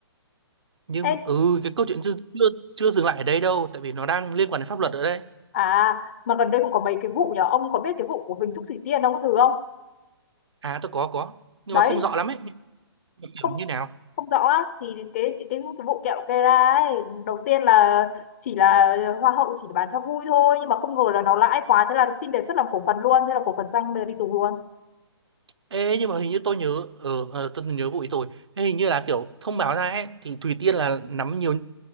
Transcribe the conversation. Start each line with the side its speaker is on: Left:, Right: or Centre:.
Right: nhưng
Left: Ê,
Right: ừ cái câu chuyện chưa chưa chưa dừng lại ở đây đâu tại vì nó đang liên quan đến pháp luật ở đây
Left: À, mà gần đây cũng có mấy cái vụ nhở ông có biết cái vụ của Huỳnh Thúc Thủy Tiên ông có thử không?
Right: à tôi có có nhưng
Left: Đấy,
Right: mà không rõ lắm ấy Nhưng mà
Left: không
Right: kiểu như nào
Left: không rõ á, thì cái cái cái, cái vụ kẹo cây ra ấy, đầu tiên là chỉ là hoa hậu chỉ bán cho vui thôi nhưng mà không ngờ là nó lãi quá thế là xin đề xuất làm cổ phần luôn, thế là cổ phần danh bây giờ đi tù luôn.
Right: Ê, nhưng mà hình như tôi nhớ ờ ờ, tôi nhớ vụ ý tôi Thế hình như là kiểu thông báo ra ấy, thì Thủy Tiên là nắm nhiều